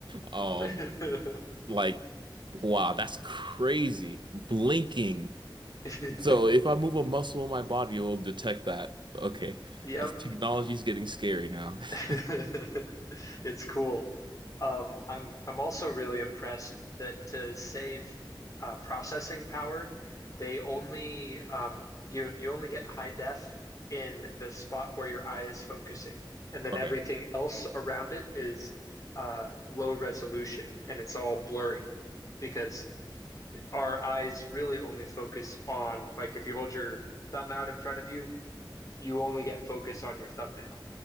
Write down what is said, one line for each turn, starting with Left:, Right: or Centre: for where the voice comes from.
Right: <laughs> Um
Left: <laughs>
Right: like Wow, that's crazy. Blinking.
Left: <laughs>
Right: So if I move a muscle in my body, it will detect that. Okay.
Left: Yep.
Right: <laughs> Technology's getting scary now.
Left: <laughs>
Right: <laughs>
Left: It's cool. Um, I'm I'm also really impressed that to save uh, processing power, they only um, you you only get high def in the spot where your eye is focusing, and then
Right: Okay,
Left: everything else around it is uh, low resolution and it's all blurry because our eyes really only focus on like if you hold your thumb out in front of you, you only get focus on your thumbnail.